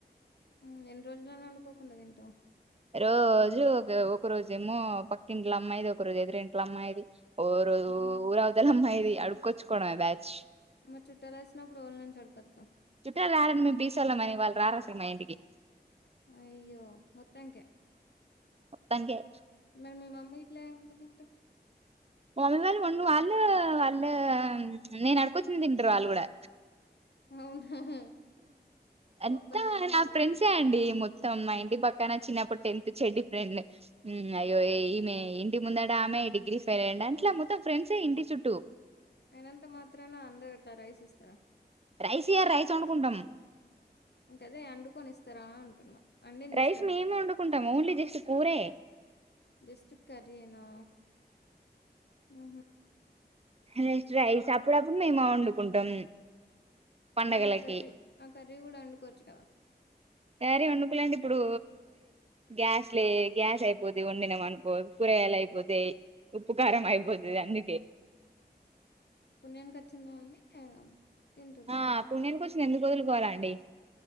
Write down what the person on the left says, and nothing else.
హు ఎన్ని రోజులు అని వండుకోకుండా తింటావ్
హ్మ్.
మరి చుట్టలు వచ్చినప్పుడు వల్ల నుంచి అడుకొత్తావ్
అయ్యో మొత్తాంక
మరి మీ మమ్మీ ఇట్లా యడతింటారు
అవునా
భలే ఉన్నారు
ఆసలు
అయినంత మాత్రాన అందరు అట్లా రైస్ ఇస్తారా
ఇక ఆదే వండుకొనిస్తారా అ అంటున్నా అండింది
ఇస్తారా
జస్ట్ కర్రీ నా ఊ
మరి ఆ కర్రీ ఆ కర్రీ కూడా వండుకోచ్చ కోవచ్చు కదా
పుణ్యానికి వచ్చిందా అని తింటూ రా